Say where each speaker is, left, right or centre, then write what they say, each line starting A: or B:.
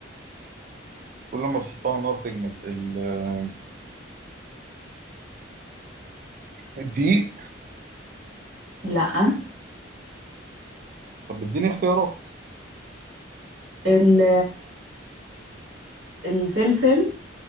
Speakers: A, on the right; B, on the right.
A: كل ما تحطها على النار تجمد ال- الدقيق
B: لا
A: طب اديني اختيارات
B: ال- الفلفل